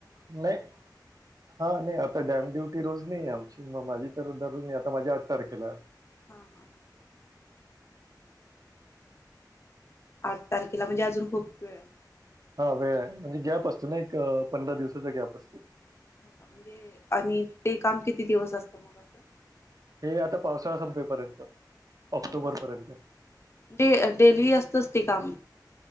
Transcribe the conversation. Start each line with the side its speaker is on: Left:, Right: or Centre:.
Right: नाही हा नाही आता डॅम ड्युटी रोज नाही आम माझी तर दररोज नाही आता माझी आठ तारखेला.
Left: हा हा हा आठ तारखेला म्हणजे अजून खूप वेळ आहे
Right: हा वेळ आहे म्हणजे गॅप असतो ना एक पंधरा दिवसाचा गॅप असतो
Left: हो का म्हणजे आणि ते काम किती दिवस असतं मग असं
Right: हे आता पावसाळा संपेपर्यंत ऑक्टोबरपर्यंत.
Left: हो का डे डेली असतच ते काम